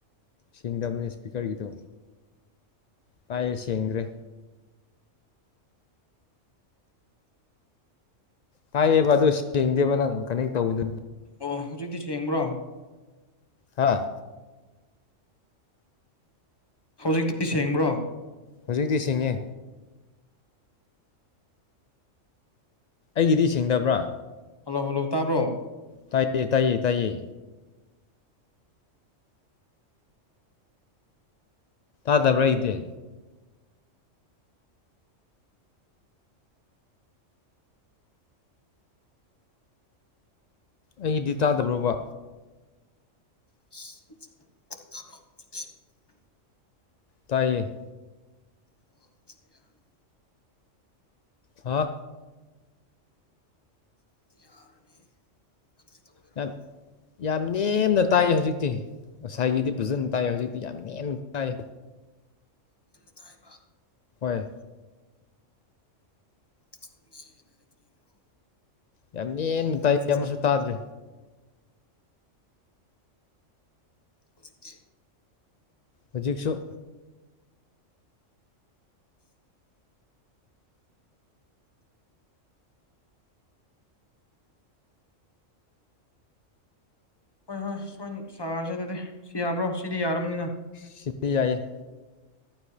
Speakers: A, on the left; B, on the left.
A: ꯁꯦꯡꯗꯕꯅꯦ ꯏꯁꯄꯤꯀꯔꯒꯤꯗꯣ ꯇꯥꯏꯌꯦ ꯁꯦꯡꯗ꯭ꯔꯦ ꯇꯥꯏꯌꯦꯕ ꯑꯗꯨ ꯁꯦꯡꯗꯦꯕ ꯅꯪ ꯀꯩꯅꯣꯛ ꯇꯧꯕꯗꯨ
B: ꯑꯣ ꯍꯨꯖꯤꯛꯇꯤ ꯁꯦꯡꯕ꯭ꯔꯣ
A: ꯍꯥꯥ
B: ꯍꯧꯖꯤꯛꯇꯤ ꯁꯦꯡꯕ꯭ꯔꯣ
A: ꯍꯧꯖꯤꯛꯇꯤ ꯁꯦꯡꯉꯦ ꯑꯩꯒꯤꯗꯤ ꯁꯦꯡꯗꯕ꯭ꯔꯥ
B: ꯍꯜꯂꯣ ꯍꯜꯂꯣ ꯇꯥꯕ꯭ꯔꯣ
A: ꯇꯥꯏꯗꯦ ꯇꯥꯏꯌꯦ ꯇꯥꯗꯕ꯭ꯔꯥ ꯑꯩꯗꯤ ꯑꯩꯒꯤꯗꯤ ꯇꯥꯗꯕ꯭ꯔꯣꯕ
B: ꯁꯤ ꯇꯕ꯭ꯔꯣ <unintelligible>
A: ꯇꯥꯏꯌꯦ
B: ꯑꯣ ꯍꯧꯖꯤꯛꯇꯤ ꯌꯥꯔꯅꯤ
A: ꯍꯥ
B: <unintelligible> ꯌꯥꯔꯅꯤ ꯅꯪ ꯀꯔꯤ ꯇꯧ ꯂꯩꯔꯝꯕ꯭ꯔꯣ
A: ꯅꯠ ꯌꯥꯝ ꯌꯥꯝ ꯅꯦꯝꯅ ꯇꯥꯏꯌꯦ ꯍꯧꯖꯤꯛꯇꯤ ꯉꯁꯥꯏꯒꯤꯗꯤ ꯐꯖꯅ ꯇꯥꯏ ꯍꯧꯖꯤꯛꯇꯤ ꯌꯥꯝ ꯅꯦꯝꯅ ꯇꯥꯏ
B: ꯇꯥꯏꯕ
A: ꯇꯥꯏ
B: ꯈꯪꯗꯦ ꯑꯗꯨꯗꯤ ꯀꯔꯤꯒꯤꯔꯣ
A: ꯌꯥꯝ ꯅꯦꯝꯅ
B: ꯌꯥꯗ꯭ꯔꯤꯕꯣ
A: ꯇꯥꯏ
B: ꯍꯧꯖꯤꯛꯁꯨ
A: ꯑꯃꯁꯨ ꯇꯥꯗ꯭ꯔꯦ
B: ꯍꯧꯖꯤꯛꯇꯤ
A: ꯍꯧꯖꯤꯛꯁꯨ
B: ꯍꯣꯏ ꯍꯣꯏ ꯁꯣꯏꯅ ꯁꯥꯥꯔꯁꯦ ꯑꯗꯨꯗꯤ ꯁꯤ ꯌꯥꯕ꯭ꯔꯣ ꯁꯤꯗꯤ ꯌꯥꯔꯝꯅꯤꯅ
A: ꯁꯤꯗꯤ ꯌꯥꯏꯌꯦ